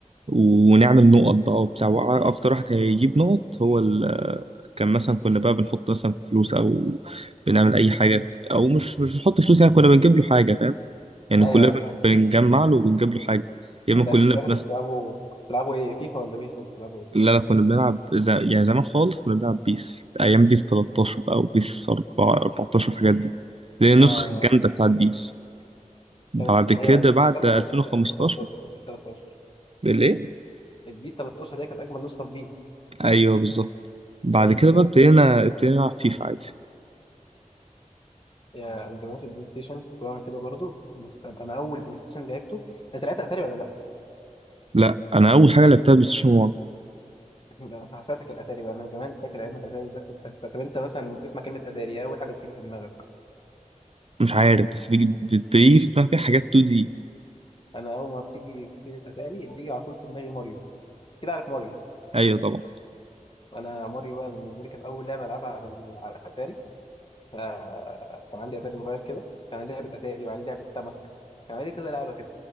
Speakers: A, on the right (about 50°); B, on the left (about 40°).
A: ونعمل نقط بقى وبتاع وع- اكتر واحد هيجيب نقط هو ال كان مثلا كنا بقى بنحط مثلا فلوس او بنعمل اي حاجه او مش مش بنحط فلوس يعني كنا بنجيب له حاجه فاهم يعني
B: ايوه
A: كلنا
B: ايوه
A: بن-
B: فاهمه
A: بنجمع له وبنجيب له حاجه يا اما
B: لا
A: كلنا
B: انتوا ساعتها
A: بنس
B: كنتوا بتلعبوا كنتوا بتلعبوا ايه فيفا ولا بيس ولا كنتوا بتلعبوا ايه؟
A: لا لا كنا بنلعب ز... يعني زمان خالص كنا بنلعب بيس ايام بيس 13 بقى وبيس 4 14 الحاجات دي دي النسخه
B: اه
A: الجامده بتاعت بيس بعد
B: كانت هي
A: كده
B: النسخه
A: بعد
B: الجامده
A: 2015
B: بتاع بيس كانت 2013
A: بالايه
B: كانت بيس 13 البيس 13 هي كانت اجمل نسخه في بيس
A: ايوه بالظبط بعد
B: انا فاكر
A: كده بقى ابتدينا ابتدينا نلعب فيفا عادي
B: يا انا زمان في البلاي ستيشن كنت بعمل كده برضو بس انا أنا اول بلاي ستيشن لعبته انت لعبت اتاري ولا لا؟
A: لا انا اول حاجه لعبتها بلاي ستيشن 1
B: لا، انت فاتك الاتاري بقى انا زمان فاكر ايام الاتاري ده كنت- انت طب انت مثلا لما بتسمع كلمه اتاري إيه اول حاجه بتيجي في دماغك
A: مش عارف بس بيجي بتيجي في دماغي حاجات 2 دي
B: انا اول ما بتيجي سيره اتاري بيجي على طول في دماغي ماريو كده عارف ماريو
A: ايوه طبعا
B: انا ماريو بقى بالنسبه لي كانت اول لعبه العبها على على الاتاري فكان عندي اتاري صغير كده كان عليه لعبه اتاري وعليه لعبه سمك كان عليه كذا لعبه كده